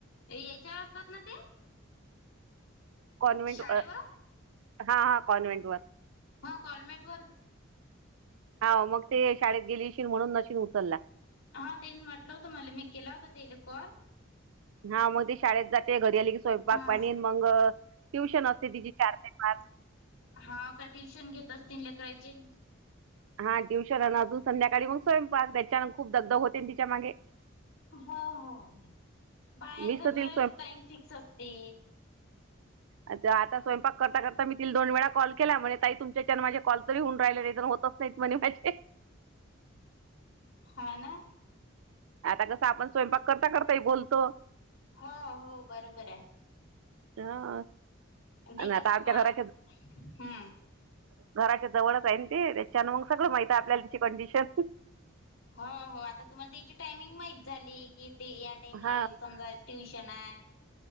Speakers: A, on the left; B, on the right.
A: याच्यावर असतात ना ते
B: कॉन्व्हेंट
A: शाळेवर
B: हा हा कॉन्व्हेंट व
A: ह कोॉलमेट वर
B: हा मग ते शाळेत गेलीशील म्हणून नशन उचलला
A: हा ते म्हटलं होतं मला मी केला होता तेले कॉल
B: हा मग ते शाळेत जाते घरी आले की स्वयंपाक
A: हा.
B: पाणी मग ट्युशन असते तिची चार ते पाच
A: हा का ट्युशन घेत असतील लेकराची
B: हा ट्युशन अजून संध्याकाळी मग स्वयंपाक त्याच्यान खूप दगध होते तिच्या मागे
A: हो हो बाहेच
B: मीच तर तिला
A: टाइम फिक्स असते
B: अच्छा आता स्वयंपाक करता करता मीितील दोन वेळा कॉल केला म्हणे ताई तुम माझे कॉल तरी होऊ राहिलेण होतच नाहीत म्हणे माझे
A: हा ना
B: आता कसं आपण स्वयंपाक करता करता ये बोलतो
A: हो हो बरोबर आहे
B: हा
A: ते कसं
B: आता आपच्या
A: मात
B: घरा
A: हम्म.
B: घराच्या जवळच आहे ते त्याच्यान मग सगळं माहित आहे आपल्याला तिची कंडिशन
A: हो हो आता तुम्हाला त्याची टायमिंग माहित झाली की ते टाईम
B: हा
A: <unintelligible> समजा ट्युशन हाय.